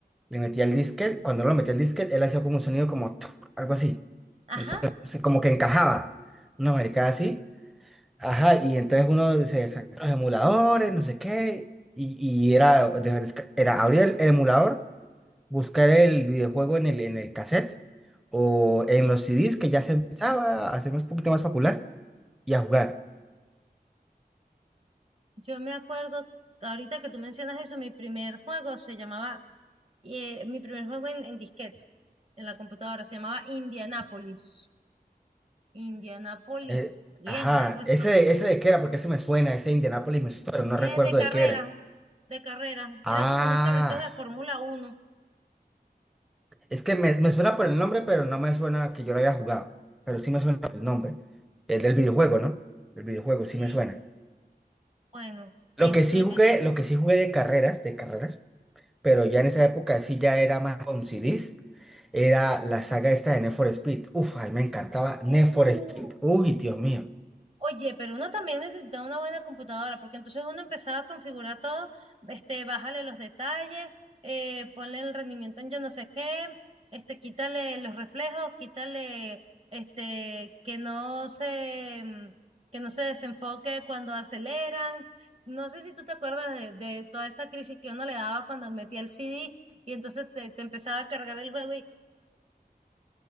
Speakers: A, in the centre; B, on the right (about 40°).
A: le metía el disquete, cuando uno lo metía el disquete, él hacía como un sonido como tuc, algo así,
B: Ajá.
A: un so- se- como que encajaba, una maricada así, ajá, y entonces uno se descargaba los emuladores, no sé qué, y, y era, desca- era abrir el emulador buscar el videojuego en el, en el cassette o en los CDs que ya se empezaba a hacer un poquito más popular y a jugar.
B: Yo me acuerdo, ahorita que tú mencionas eso, mi primer juego se llamaba, eh, mi primer juego en, en disquetes, en la computadora, se llamaba Indianapolis. Indianapolis,
A: Eh,
B: bien,
A: ajá,
B: algo así.
A: ese, de- ese de qué era, porque ese me suena, ese de Indianapolis me suena, pero no recuerdo
B: Eh, de
A: de
B: carrera,
A: qué era.
B: de carrera.
A: Ah,
B: Era como unos carritos de Fórmula Uno,
A: es que me, me suena por el nombre, pero no me suena que yo lo haya jugado, pero sí me suena por el nombre. El del videojuego, ¿no? El videojuego sí
B: Sí,
A: me suena.
B: bueno,
A: Lo
B: este,
A: que sí jugué,
B: de,
A: lo que sí jugué de carreras, de carreras, pero ya en esa época sí ya era más con CDs. era la saga esta de Need for Speed. Uf, a mí me encantaba Need
B: uh,
A: for Speed. Uy, Dios mío.
B: Oye, pero uno también necesita una buena computadora, porque entonces uno empezaba a configurar todo, este, bájale los detalles, eh, ponle el rendimiento en yo no sé qué, este, quítale los reflejos, quítale, este, que no se, mm, que no se desenfoque cuando aceleran. No sé si tú te acuerdas de, de toda esa crisis que uno le daba cuando metía el CD y entonces te, te empezaba a cargar el juego y...